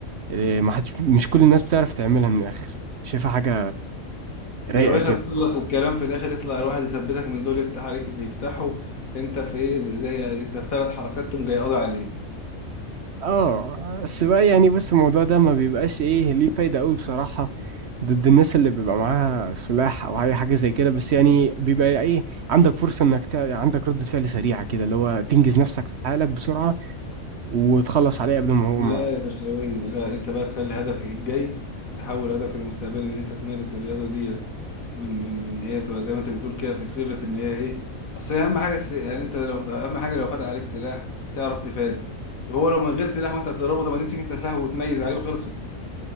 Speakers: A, on the right (about 60°); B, on the left (about 80°).
A: إيه، ما حدش مش كل الناس بتعرف تعملها من الاخر شايفها حاجه رايقه
B: يا باشا
A: كده
B: تخلص الكلام في الاخر يطلع الواحد يثبتك من دول يفتح عليك اللي يفتحه انت في ايه زي زي- انت في ثلاث حركات تقوم جاي قاضي عليه
A: اه بس بقى يعني بص الموضوع ده ما بيبقاش ايه ليه فايده قوي بصراحه ضد الناس اللي بيبقى معاها سلاح او اي حاجه زي كده بس يعني بيبقى ايه عندك فرصه انك تع... عندك ردة فعل سريعه كده اللي هو تنجز نفسك في حالك بسرعه وتخلص عليه قبل ما هو
B: لا
A: ما
B: يا بشوي لا انت بقى تخلي هدفك الجاي تحول هدفك المستقبلي من ان انت تمارس الرياضه ديت من من من هي تبقى زي ما انت بتقول كده في صيغه ان هي ايه اصل هي اهم حاجه الس- يعني انت لو اهم حاجه لو فتح عليك سلاح تعرف تفادي هو لو من غير سلاح وانت هتضربه طب ما تمسك انت سلاح وتميز عليه وخلصت